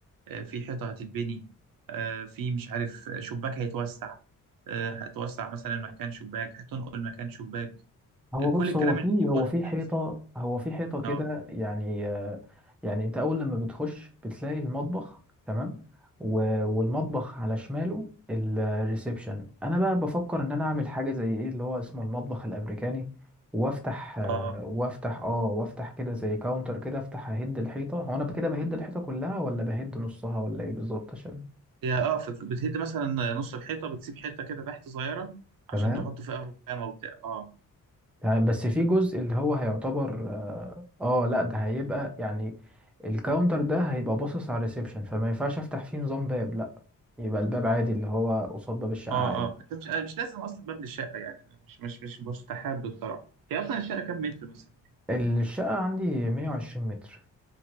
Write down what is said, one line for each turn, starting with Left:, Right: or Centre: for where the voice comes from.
Right: آه، في حيطه هتتبني آه، في مش عارف آه، شباك هيتوسع آه، هتوسع مثلا مكان شباك هتنقل مكان شباك
Centre: هو
Right: آه، كل
Centre: بص
Right: الكلام
Centre: هو في
Right: اللي فيه
Centre: هو
Right: بنى
Centre: في
Right: وتكثيف
Centre: حيطة هو في حيطة كده
Right: اه
Centre: يعني آه، يعني انت اول لما بتخش بتلاقي المطبخ تمام و- والمطبخ على شماله الريسبشن انا بقى بفكر ان انا اعمل حاجة زي ايه اللي هو اسمه المطبخ الامريكاني وافتح آه،
Right: اه
Centre: وافتح اه وافتح كده زي كاونتر كده افتح اهد الحيطة هو انا كده بهد الحيطة كلها ولا بهد نصها ولا ايه بالظبط عشان
Right: هي اه ف- ف- بتهد مثلا نص الحيطه بتسيب حته كده تحت صغيره عشان
Centre: تمام
Right: تحط فيها رخامه وبتاع اه
Centre: تمام بس في جزء اللي هو هيعتبر اه آه، لا ده هيبقى يعني الكاونتر ده هيبقى باصص على الريسبشن فما ينفعش افتح فيه نظام باب لا يبقى الباب عادي اللي هو قصاد باب الشقة
Right: اه
Centre: عادي
Right: اه انت مش أنا مش لازم اصلا باب للشقه يعني أنا مش مش مش مستحب بصراحه هي اصلا الشقه كام متر مثلا
Centre: الشقة عندي 120 متر